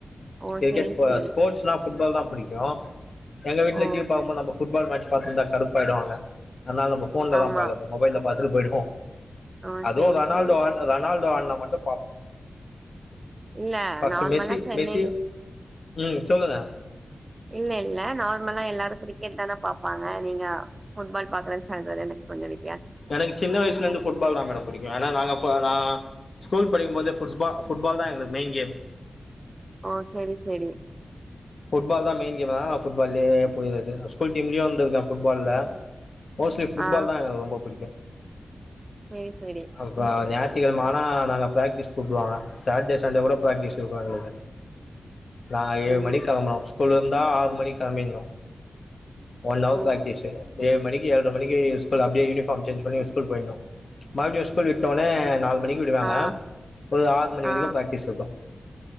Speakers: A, on the right; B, on the left.
A: ஓ
B: கிரிக்கெட்
A: சரி
B: ப
A: சரி
B: ஸ்போர்ட்ஸ்னா புட்பால் தா புடிக்கோ எங்க வீட்ல
A: ஓ
B: டிவி பாக்குபோது நம்ம புட்பால் மேட்ச் பாத்து இருந்தா கடுப்பா ஆயிடுவாங்க அதனால நம்ம போன்லதா
A: ஆமா
B: பாக்கறது மொபைல பாத்துட்டு போய்டுவோ
A: ஓ சரி
B: தோ ரனால்டோ
A: சரி
B: ஆட்னா ரனால்டோ ஆட்னா மட்டு பாப்போ
A: இல்ல
B: ஃபர்ஸ்ட்
A: நார்மலா
B: மிஸ்யூ
A: சென்னைல்
B: மிஸ்யூ ம் சொல்லுங்க
A: இல்ல இல்ல நார்மலா எல்லாரு கிரிக்கெட்தான பாப்பாங்க நீங்க ஃபுட்பால் பாக்குறே சாய்ந்தரோ வரைக்கு எனக்கு கொஞ்சோ வெயிட்
B: எனக்கு சின்ன வயசுலந்து ஃபுட்பால்தா மேடம் பிடிக்கு ஏனா நாங்க நா ஸ்கூல் படிக்கும்போது ஃபுட்ஸ்பால் ஃபுட்பால்தா எங்களுக்கு மெயின் கேம்
A: ஓ சேரி சேரி
B: ஃபுட்பால்தா மெயின் கேம்மா ஃபுட்பாலேயே <unintelligible> ஸ்கூல் டீம் நியூவா வந்திருக்க ஃபுட்பால்ல மோஸ்ட்லி ஃபுட்பால்தா
A: ஆ
B: எனக்கு ரொம்ப புடிக்கு
A: செரி செரி
B: ஆ இப்ப ஞாயித்துகிழம ஆனா நாங்க ப்ராக்டிஸ் கூப்டுவாங்க சாட்டே சண்டே கூட ப்ராக்டிஸ் இருக்கு எங்களுக்கு நா ஏழு
A: ம்
B: மணி கெளம்ணு ஸ்கூல் இருந்தா ஆறு மணி கெளம்பிட்ணு ஒன் ஹவர்
A: ஓ
B: பிராக்டிஸு ஏழு மணிக்கு ஏழ்ர மணிக்கு ஸ்கூல் அப்டியே யூனிஃபார்ம் சேஞ்ச் பண்ணி ஸ்கூல் போய்ட்ணு மறுபடியு ஸ்கூல் விட்டோனே நாலு மணிக்கு விடுவாங்க
A: ஆ
B: ஒரு ஆறு மணி
A: ஆ
B: வரைக்கு ப்ராக்டிஸ் இருக்கு